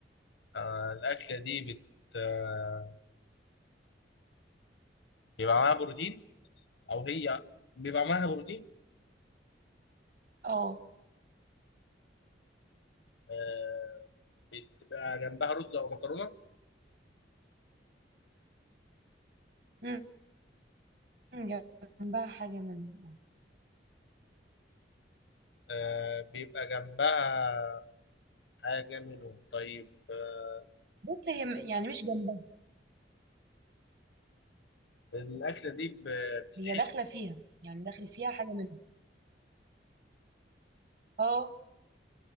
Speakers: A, on the left; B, on the right.
A: آه، الاكله دي بت آه، بيبقى معاها بروتين او هي بيبقى معاها بروتين
B: اه
A: آه، بتبقى جنبها رز او مكرونه
B: مم، مم، جنبها حاجة منها
A: آه، بيبقى جنبها حاجه منهم طيب آه،
B: بص هي م- يعني مش جنبها
A: الاكله دي ب- بتتحشي
B: هي داخلة فيها يعني داخل فيها حاجة منها اه